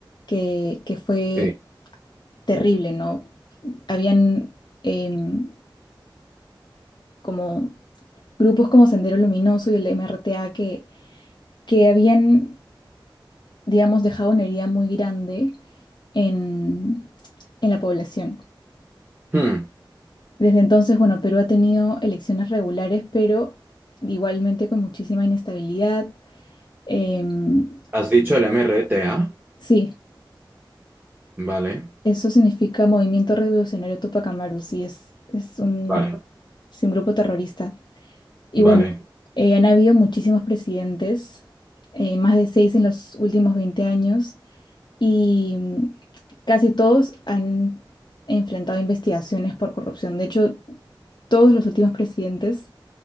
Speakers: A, on the left (about 65°); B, on the right (about 20°).
A: que, que fue
B: sí.
A: terrible, ¿no? Habían em, como grupos como Sendero Luminoso y el MRTA que, que habían, digamos, dejado una herida muy grande en, en la población.
B: Hmm.
A: Desde entonces, bueno, Perú ha tenido elecciones regulares, pero igualmente con muchísima inestabilidad. em,
B: ¿Has dicho el MRTA?
A: Sí,
B: Vale,
A: Eso significa Movimiento Revolucionario Tupac Amaru, sí, es, es un,
B: vale,
A: sí, un grupo terrorista. Y
B: vale.
A: bueno, eh, han habido muchísimos presidentes, eh, más de seis en los últimos 20 años, y mm, casi todos han enfrentado investigaciones por corrupción. De hecho, todos los últimos presidentes,